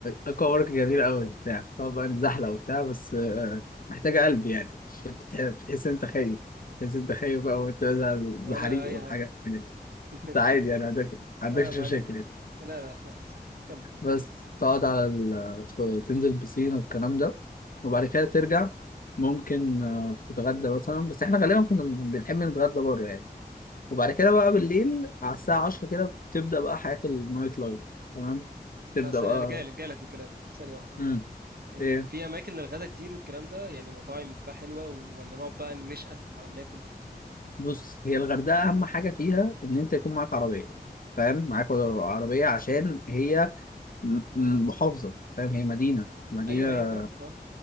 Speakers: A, on the left; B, on the right.
A: اكوا بارك جميل قوي بتاع تقعد بقى نزحلق وبتاع بس آه، محتاجة قلب يعني عشان تتح- بتحس ان انت خايف تحس ان انت خايف بقى وانت
B: ولا
A: زحريق
B: أي
A: والحاجات
B: حاجة
A: دي
B: <laughs>
A: انت
B: ماشي
A: عادي يعني عندك عندكش
B: اه ما
A: مشاكل
B: عندي
A: يعني.
B: لا لا خالص كمل
A: بس تقعد على ال... تخ- تنزل بسين والكلام ده وبعد كده ترجع ممكن آه، تتغدى مثلا بس احنا غالبا كنا بنحب نتغدى بره يعني وبعد كده بقى بالليل على الساعة 10 كده بتبدأ بقى حياة النايت لايف تمام تبدأ
B: لا ثانية
A: بقى
B: أنا جاي لك جاي لك في الكلام ثانية واحدة
A: امم
B: ال...
A: ايه
B: في أماكن للغدا كتير والكلام ده يعني مطاعم وبتاع حلوة ولا نقعد بقى نشقى على ما ناكل
A: بص هي الغردقة أهم حاجة فيها إن أنت يكون معاك عربية فاهم معاك عربية عشان هي م- م- محافظة فاهم هي مدينة مدينة
B: أيوه أيوه فاهمك اه